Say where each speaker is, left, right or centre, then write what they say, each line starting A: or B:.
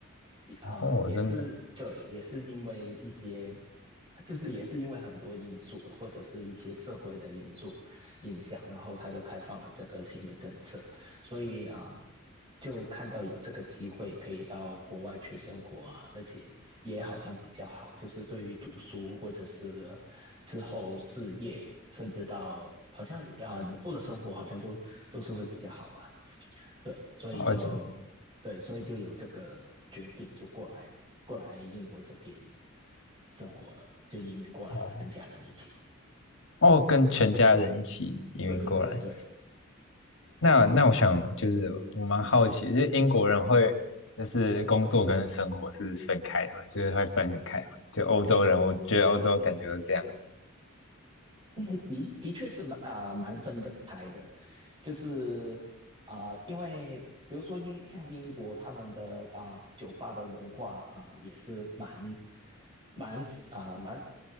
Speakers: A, on the right; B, on the left.
A: 啊、
B: 哦，
A: 呃也是对，
B: 真的，
A: 也是因为一些，就是也是因为很多因素，或者是一些社会的因素影响，然后他就开放了这个新的政策，所以啊、呃就看到有这个机会可以到国外去生活啊，那些也好像比较好，就是对于读书或者是之后事业，甚至到好像啊、以后的生活，好像都都是会比较好吧。对，所以就对，
B: 而且
A: 所以就有这个决定，就过来过来英国这边生活了，就移民过来了，
B: 哦
A: 跟家人一起。
B: 哦，跟全家人一起移民过来。
A: 对对对对对，
B: 那那我想就是我蛮好奇的，就是英国人会就是工作跟生活是分开的嘛？就是会分很开嘛？就欧洲人，我觉得欧洲感觉都这样子。
A: 诶的的确是蛮啊、呃蛮分得开的，就是啊、呃因为比如说英像英国他们的啊、酒吧的文化啊、也是蛮蛮啊、蛮